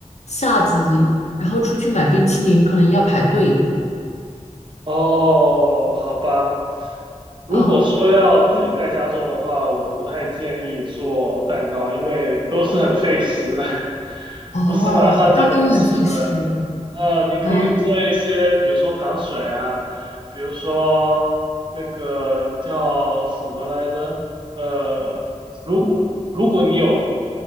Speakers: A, on the left; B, on the right.
A: 夏季，然后出去买冰淇淋可能要排队
B: 哦，好吧。如果说要自己在家做的话，
A: 啊。
B: 我不太建议做蛋糕，因为都是很费时的，<laughs>
A: 哦，
B: 不是马上就能吃的。
A: 蛋糕很费时
B: 呃，你可以做一些，
A: 哦。
B: 比如说糖水啊，比如说那个叫什么来着？呃，如果如果你有